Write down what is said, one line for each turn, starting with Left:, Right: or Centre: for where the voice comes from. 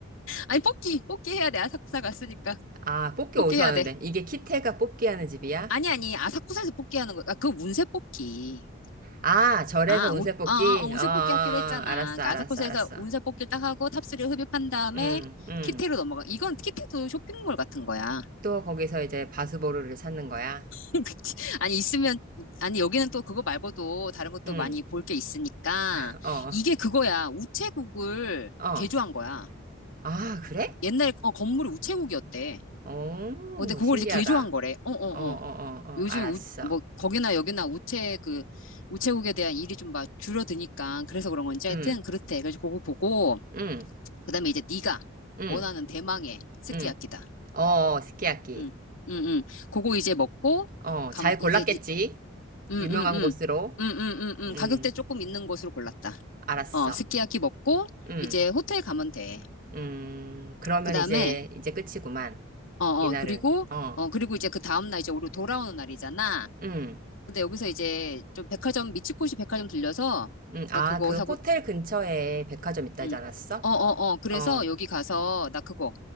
Left: 아니 뽑기. 뽑기 해야 돼. 아사쿠사 갔으니까.
Right: 아, 뽑기
Left: 뽑기
Right: 어디서
Left: 해야
Right: 하는데?
Left: 돼.
Right: 이게 키테가 뽑기 하는 집이야?
Left: 아니, 아니, 아사쿠사에서 뽑기 하는 거, 아, 그 운세 뽑기.
Right: 아, 절에서
Left: 아,
Right: 운세
Left: 운,
Right: 뽑기?
Left: 어, 어, 어, 운세
Right: 어, 어, 어,
Left: 뽑기 하기로 했잖아.
Right: 알았어,
Left: 그러니까
Right: 알았어,
Left: 아사쿠사에서
Right: 알았어.
Left: 운세 뽑기를 딱 하고 탑3 흡입한 다음에
Right: 응, 응.
Left: 키테로 넘어가. 이건 키테도 쇼핑몰 같은 거야.
Right: 또 거기서 이제 바수보루를 찾는 거야?
Left: <laughs> 그치? 아니, 있으면, 아니, 여기는 또 그거 말고도 다른 것도
Right: 응,
Left: 많이 볼 게 있으니까.
Right: <laughs> 어,
Left: 이게 그거야. 우체국을
Right: 어.
Left: 개조한 거야.
Right: 아, 그래?
Left: 옛날, 어, 건물이 우체국이었대.
Right: 오,
Left: 어, 근데 그걸
Right: 신기하다.
Left: 이제 개조한 거래. 어, 어,
Right: 어, 어, 어,
Left: 어.
Right: 어,
Left: 요즘
Right: 알았어.
Left: 우, 뭐 거기나 여기나 우체 그 우체국에 대한 일이 좀 막 줄어드니까 그래서 그런 건지 하여튼
Right: 응,
Left: 그렇대. 그래서 그거 보고
Right: 응,
Left: 그다음에 이제 네가
Right: 응,
Left: 원하는 대망의 스키야키다.
Right: 응. 어, 어, 스키야키.
Left: 응, 응, 응. 그거 이제 먹고
Right: 어,
Left: 가면
Right: 잘
Left: 이제
Right: 골랐겠지?
Left: 이- 응,
Right: 유명한
Left: 응, 응,
Right: 곳으로.
Left: 응, 응, 응, 응.
Right: 응,
Left: 가격대 조금 있는 곳으로 골랐다.
Right: 알았어.
Left: 어, 스키야키 먹고
Right: 응,
Left: 이제 호텔 가면 돼.
Right: 음, 그러면
Left: 그다음에
Right: 이제, 이제 끝이구만.
Left: 어, 어,
Right: 이날은.
Left: 그리고
Right: 어.
Left: 어, 그리고 이제 그 다음 날 이제 우리 돌아오는 날이잖아.
Right: 음.
Left: 근데 여기서 이제 좀 백화점 미츠코시 백화점 들려서
Right: 음. 아,
Left: 나 그거
Right: 그
Left: 사고
Right: 호텔 근처에 백화점 있다지
Left: 음.
Right: 않았어?
Left: 어, 어, 어. 그래서
Right: 어.
Left: 여기 가서 나 그거